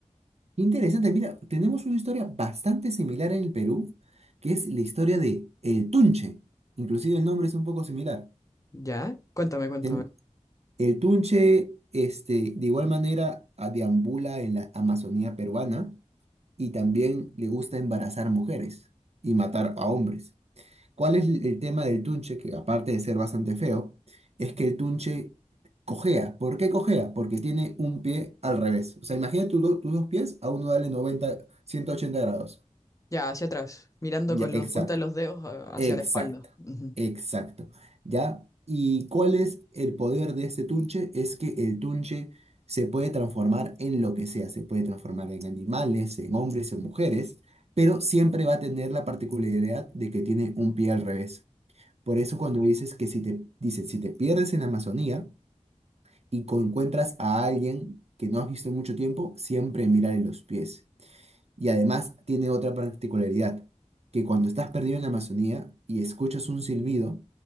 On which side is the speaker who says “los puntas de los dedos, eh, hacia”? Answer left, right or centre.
Left